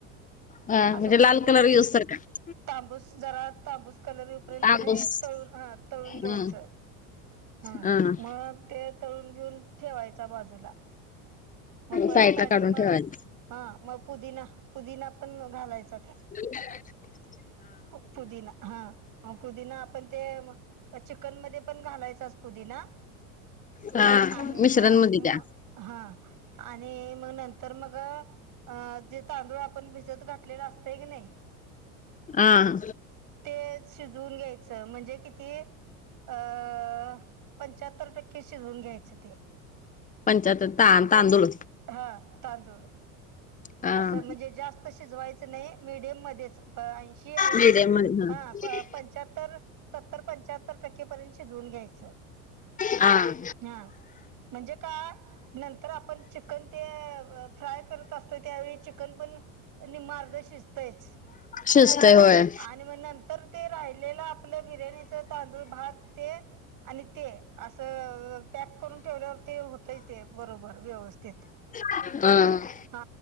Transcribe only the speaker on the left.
अं
म्हणजे
लाल कलर यूसतरका का.
तांबूस
ह
ह
साईडला
काढून
ठेवायच
<inaudible>
हा
मिश्रण
मध्ये
द्या
हां.
पंच्याहत्तर तां
तांदूळ
हा
मिडियम मध्ये
हां.
शिजतयं होयं.
हा हा